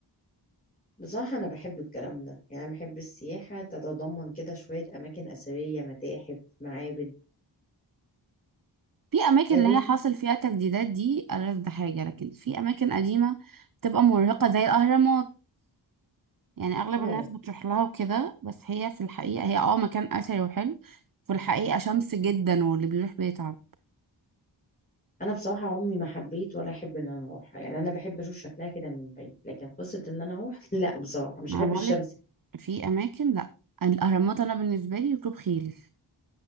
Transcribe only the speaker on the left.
بصراحه انا بحب الكلام ده يعني بحب السياحه تتضمن كده شويه اماكن اثريه متاحف معابد
طيب
صعبة
أنا بصراحة عمري ما حبيت ولا أحب إن أنا أروحها يعني أنا بحب أشوف شكلها كده من بعيد لكن قصة إن أنا أروح <laughs> لا بصراحة مش
أحب
الشمس